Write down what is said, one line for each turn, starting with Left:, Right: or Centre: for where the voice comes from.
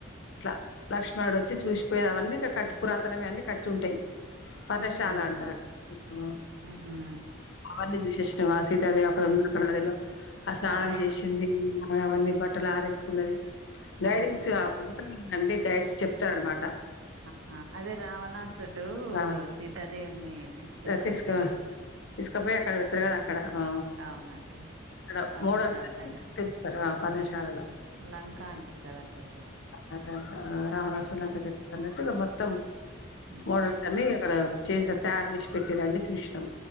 Left: అట్లా లక్ష్మణయుడు వచ్చి చూసిపోయి అవన్నీ కట్టు పురాతనమే అన్ని కట్టి ఉంటాయి పర్ణశాల
Right: ఆహా
Left: అంటారు అక్కడ
Right: ఉహు
Left: అబడి దుశష్ణ ఆ సీతాదేవి అక్కడ ఉన్న అక్కడ అదిలో ఆ స్నానం
Right: అదే
Left: చేసింది అవన్నీ బట్టలు ఆరేసుకున్నది గైడెన్స్
Right: ఆహా
Left: ఉంటాంది కండి గైడ్స్ చెప్ ఇత్స్ అన్నమాట
Right: ఆహా అదే రావణాసుడు
Left: రా
Right: సీతాదేవుని తీసుకెళ్తారు
Left: తీసుక
Right: గడ
Left: తీసుకపోయి అక్కడ పెడతారు కదా అక్కడ ఆ
Right: అవునండి
Left: అక్కడ
Right: పర్ణశాల
Left: మోడల్స్స్తారా
Right: దగ్గర
Left: లలో
Right: లంక అంటారు కదండి అది
Left: ఆ రావణ అన్నట్టు మొత్తం
Right: హ్మ్.
Left: మోడల్ అన్ని అక్కడ చేసినట్ తయారు చేసి పెట్టి రండి చూసినాం